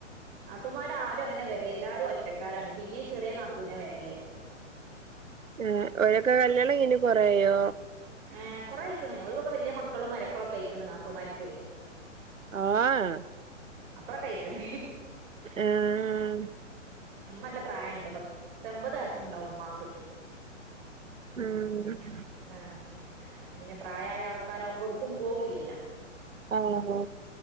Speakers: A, on the right (about 45°); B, on the right (about 85°).
A: നാത്തൂമാരാരും അങ്ങനെ വരലില്ല എല്ലാരും ഒറ്റക്കാരാണ് പിന്നേം ചെറിയ നാത്തൂനാ വരല്
B: ഏഹ് ഒരൊക്കെ കല്യാണം കഴിഞ്ഞ് കൊറേ ആയോ
A: ഏഹ് കൊറേയായിക്കണ് ഓൽക്കൊക്കെ വലിയ മക്കളും മരക്കളൊക്കെ ആയിക്കണ് നാത്തുമാരിക്ക്
B: ആഹ്
A: അത്രക്കയ്ക്ക്ണ്
B: ഏഹ്
A: ഉമ്മല്ല പ്രായണ്ട് പത്തമ്പത് വയസ്സുണ്ടാവും ഉമ്മാക്ക്
B: ഉം
A: ആഹ് പിന്നെ പ്രായായ ആൾക്കാരാവുമ്പോ ഒടുക്കും പോവുല്ലല്ലോ
B: ആഹ്